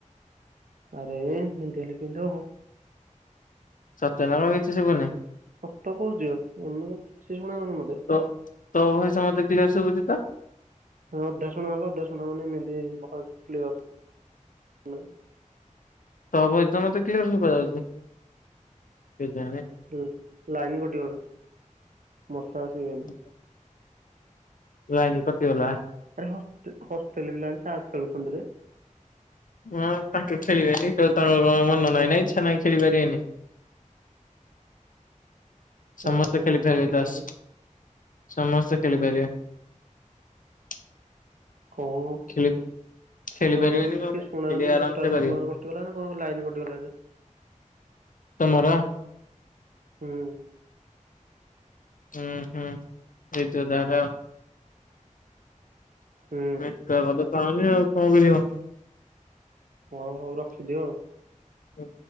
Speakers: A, on the right (about 80°); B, on the left (about 85°).
A: ଆରେ ଏମିତି ହେଲେ କେମିତି ହବ।
B: ସତ ରେ ନା କଣ କିଛି ଶୁଭୁନି।
A: ସତ କହୁଛି ଏମିତି କିଛି ଶୁଣାଯାଉନି ମତେ।
B: ତୋ ତୋ ଭଏସ ମତେ କ୍ଲିୟର ଶୁଭୁଛି ତ।
A: ହଁ ଅଧା ଶୁଣାଗଲେ ଅଧା ସୁଣା ଯାଉନି ଏମିତି ଭଏସ କ୍ଲିଅର ହୁଁ।
B: ତମ ଭଏସ ତ ମତେ କ୍ଲିୟର ସୁବା ଯାଉଛି। କେଜାଣି।
A: ହୁଁ ଲାଇନ କଟିଗଲା ମଶା ଆସିଗଲେ।
B: <inaudible> ଲାଇନି କଟିଗଲା।
A: ଆରେ ହ ହଷ୍ଟେଲ ରେ ପିଲାମାନେ ତାସ ଖେଳୁଛନ୍ତି ରେ।
B: ହଁ ତାଙ୍କେ ଖେଳିବେନି ତାଙ୍କ କଣ ମନ ନାହିଁ ନା ଇଚ୍ଛା ନାହିଁ ଖେଳି ପାରିବେନି।
A: ତାସ
B: ସମସ୍ତେ ଖେଳିପାରିବେ
A: ଖେଳୁଛନ୍ତି ପିଲାମାନେ
B: ତାସ ସମସ୍ତେ ଖେଳିପାରିବେ।
A: କଣ
B: ଖେଳି
A: ଛାତ
B: ଖେଳି ପାରିବେନି
A: ଉପରେ ବୁଲୁଚି
B: କଣ
A: କିଛି
B: ପାଇଁ
A: ଶୁଣାଯାଉନି
B: ଖେଳି
A: ନେଟୱାର୍କ
B: ଆରାମ ସେ ପାରିବେ
A: ଆମ ଗାଁରେ କଟ କଟିଗଲା ନା କଣ ଲାଇନ୍ କଟିଗଲା ଯେ?
B: ତମର।
A: ହୁଁ।
B: ହୁଁ ହୁଁ ହେଇଥିବ ତାହେଲେ ଆଉ।
A: ହୁଁ
B: ନେଟୱାର୍କ ତ ପାଉନି ଆଉ କଣ କରିବ।
A: ହଉ ହଉ ରଖିଦିଅ ଆଉ।
B: ହୁଁ,